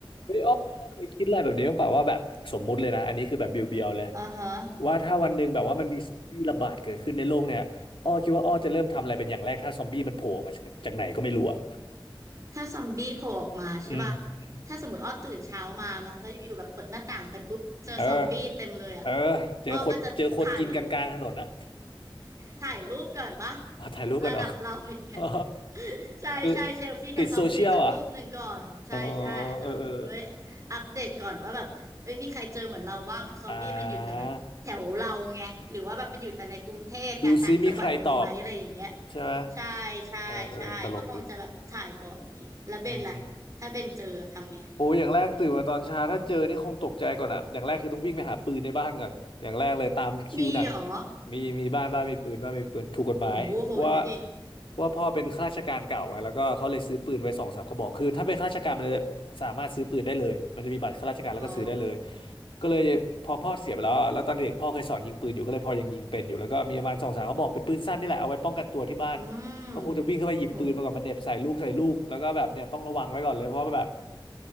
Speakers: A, on the left; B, on the right.
A: เฮ้ยอ้ออ้อเคยคิดอะไรแบบนี้บ้างเปล่าว่าแบบสมมุติเลยนะอันนี้คือแบบเบียวๆเลย
B: อ่าฮะ
A: ว่าถ้าวันหนึ่งแบบว่ามันมีซอมบี้ระบาดเกิดขึ้นในโลกเนี่ยอ้อคิดว่าอ้อจะเริ่มทำอะไรเป็นอย่างแรกถ้าซอมบี้มันโผล่มาจากจากไหนก็ไม่รู้อ่ะ
B: ถ้าซอมบี้โผล่ออกมาใช่ป่ะ
A: อืมอืม
B: ถ้าสมมติอ้อตื่นเช้ามาเนาะแล้วอยู่ๆแบบเปิดหน้าต่างไปปุ๊บ เจอซอมบี้เต็มเลยอ่ะ
A: เออเออเจอคนเจอคนกินกันกลางถนนนะ
B: อ้อก็จะถ่ายถ่ายรูปก่อนป่ะ
A: <laughs> อ๋อถ่ายรูปกันเหรอ
B: ระดับเราอย่างเงี้ย
A: <laughs>
B: ใช่
A: คือ
B: ใช่เซลฟี่กับซอมบี้สักรูปหนึ่งก่อนใช่ใช่อาจจะแบบเอ้ย
A: ติดโซเชียลอ่ะอ๋อเออเออ
B: อัปเดตก่อนว่าแบบเอ้ยมีใครเจอเหมือนเราบ้างหรือซอมบี้มันอยู่แต่แบบแถวเราไง
A: อ่า
B: หรือว่าแบบมันอยู่แต่ในกรุงเทพไงต่างจังหวัดมีไหมอะไรอย่างเงี้ย
A: ดูซิมีใครตอบใช่ไหม
B: ใช่ใช่ใช่ก็คงจะแบบถ่ายก่อนอย่างงี้แล้วเบนนะถ้าเบนเจอทำไง
A: เออเออตลกดีอืมอืม โอ้ยอย่างแรกตื่นมาตอนเช้าถ้าเจอนี่คงตกใจก่อนอ่ะอย่างแรกคือต้องวิ่งไปหาปืนในบ้านก่อนอย่างแรกเลยตามคิวหนัง
B: มีเหรอ
A: มีมีบ้านบ้านมีปืนบ้านมีปืนถูกกฎหมายเพราะว่า
B: โอ้โหโหดนะดิ
A: เพราะว่าพ่อเป็นข้าราชการเก่าไงแล้วก็เขาเลยซื้อปืนไว้สองสามกระบอกคือถ้าเป็นข้าราชการมันจะสามารถซื้อปืนได้เลยมันจะมีบัตรข้าราชการแล้วก็ซื้อได้เลย
B: อ๋อ
A: ก็เลยพอพ่อเสียไปแล้วอะแล้วตอนเด็กพ่อเคยสอนยิงปืนอยู่ก็เลยพอยังยิงเป็นอยู่แล้วก็มีประมาณสองสามกระบอกเป็นปืนสั้นนี่แหละเอาไว้ป้องกันตัวที่บ้าน
B: อืม
A: ก็คงจะวิ่งเข้าไปหยิบปืนมาก่อนมันเหน็บใส่ลูกใส่ลูกแล้วก็แบบเนี่ยต้องระวังไว้ก่อนเลยเพราะว่าแบบ
B: โห